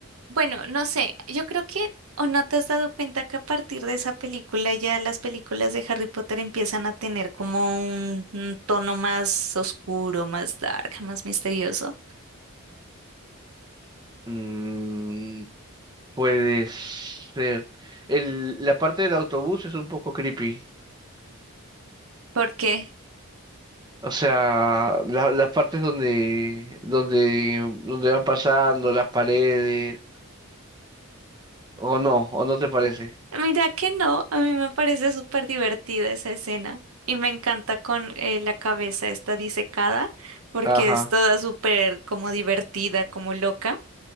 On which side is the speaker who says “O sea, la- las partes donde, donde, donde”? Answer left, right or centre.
Right